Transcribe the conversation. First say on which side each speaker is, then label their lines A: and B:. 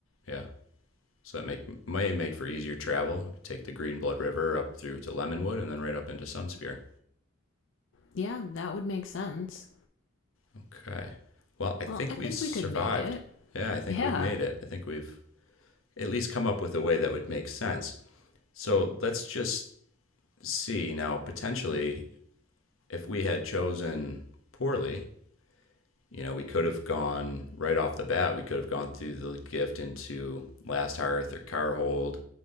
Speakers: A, on the left (about 85°); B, on the left (about 65°).
A: Yeah. So that make may make for easier travel. You could Take the Green Blood River up through to Lemonwood and then right up into Sunspear.
B: Yeah, that would make sense.
A: Okay. Well, I think
B: Well, I
A: we've
B: think
A: survived.
B: we could make it.
A: Yeah, I think
B: Yeah.
A: we've made it. I think we've at least come up with a way that would make sense. So let's just see now potentially if we had chosen poorly, You know, we could have gone right off the bat. We could have gone through the gift into Last Hearth or Carhold,